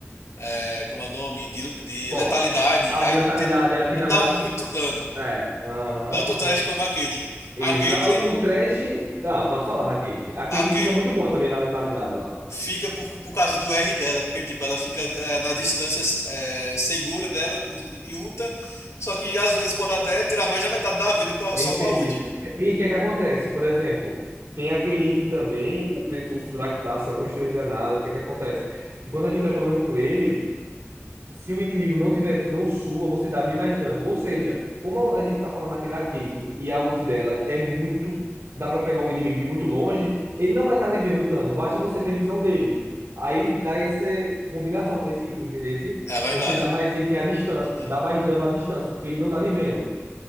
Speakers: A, on the left; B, on the right.
A: é, como é o nome? De, de
B: Qual?
A: letalidade,
B: A
A: aí
B: de letalidade,
A: te-
B: é a que dá
A: dá
B: pra.
A: muito
B: fi-
A: dano,
B: É, aham,
A: tanto o
B: aham.
A: Trash como a Caitlyn.
B: Exa...
A: A Caitlyn,
B: O, o trash. Ah, pode falar da Caitlyn. A Caitlyn
A: a Caitlyn
B: fica muito boa também na letalidade lá.
A: Fica por, por causa do R dela, porque tipo, ela fica eh, na distância eh, segura dela u- e ulta, só que às vezes pode até tirar mais da metade da vida com a-
B: Entendi.
A: só com a ult.
B: E o que é que acontece? Por exemplo, tem aquele item também, o Clefus Draktar, se eu não estou enganado, o que é que acontece? E quando a gente tá jogando com ele, se o inimigo não tiver visão sua, você dá bem mais dano. Ou seja, como a gente tá falando aqui da Caitlyn e a ult dela é muito. Dá pra pegar o inimigo de muito longe, ele não vai estar tá lhe vendo o dano, basta você ter visão dele. Aí dá essa combinação com esse item, entendeu?
A: É verdade.
B: Você dá mais item à distância,
A: Uhum.
B: dá mais dano à distância, porque ele não tá lhe vendo.